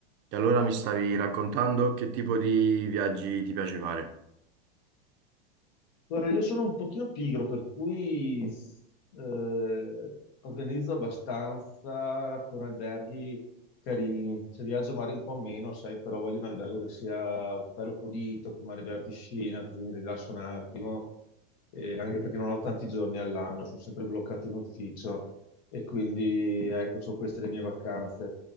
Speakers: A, on the right (about 40°); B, on the left (about 50°).
A: E allora mi stavi raccontando che tipo di viaggi ti piace fare?
B: Guarda, io sono un pochino pigro, per cui eh, organizzo abbastanza con alberghi carini. Se viaggio magari un po' meno, sai, però voglio un albergo che sia bello pulito, che magari abbia la piscina, così mi rilasso un attimo eh, anche perché non ho tanti giorni all'anno, sono sempre bloccato in ufficio e quindi ecco, sono queste le mie vacanze.